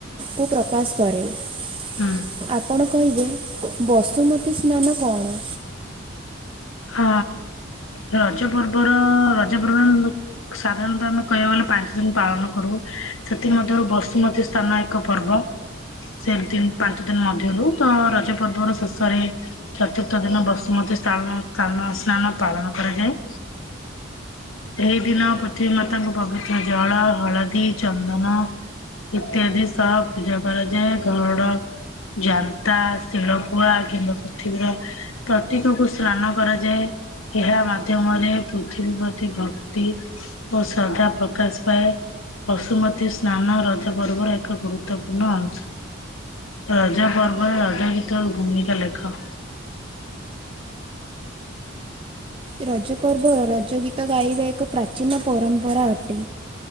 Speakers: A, on the right; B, on the left.
A: କୁ ପ୍ରକାଶ କରେ। ଆ
B: ହୁଁ
A: ଆପଣ କହିବେ ବସୁମତୀ ସ୍ନାନ କଣ?
B: ହଁ ରଜ ପର୍ବର ରଜ ପର୍ବ ସାଧାରଣତଃ ଆମେ କହିବାକୁ ଗଲେ, ପାଞ୍ଚ ଦିନ୍ ପାଳନ କରୁ। ସେଥିମଧ୍ୟରୁ ବସୁମତୀ ସ୍ଥାନ ଏକ ପର୍ବ। ସେ ଦିନ୍ ପାଞ୍ଚ ଦିନ ମଧ୍ୟରୁ, ତ ରଜ ପର୍ବ ର ଶେଷରେ ଚତୁର୍ଥ ଦିନ ବସୁମତୀ ସ୍ଥାନ ସ୍ଥାନ ସ୍ନାନ ପାଳନ କରାଯାଏ। ଏହି ଦିନ ପୃଥିବୀ ମାତାଙ୍କ ପବିତ୍ର ଜଳ, ହଳଦୀ, ଚନ୍ଦନ ଇତ୍ୟାଦି ସ ପୂଜା କରାଯାଏ। ଘଡ ଜାନ୍ତା, ଶିଳକୁୁଆ କିମ୍ବା ପୃଥିବୀର ପ୍ରତୀକକୁ ସ୍ନାନ କରାଯାଏ। ଏହା ମାଧ୍ୟମରେ ପୃଥିବୀ ପ୍ରତି ଭକ୍ତି ଓ ଶ୍ରଦ୍ଧା ପ୍ରକାଶ ପାଏ। ବଶୁମତୀ ସ୍ନାନ, ରଜ ପର୍ବର ଏକ ଗୁରୁତ୍ୱପୂର୍ଣ୍ଣ ଅଂଶ। ରାଜା ପର୍ବ ରାଜା ଗୀତା ଘୂମଣିକା ଲେଖା
A: ରଜ ପର୍ବର ରଜ ଗୀତ ଗାଇବା ଏକ ପ୍ରାଚୀନ ପରମ୍ପରା ଅଟେ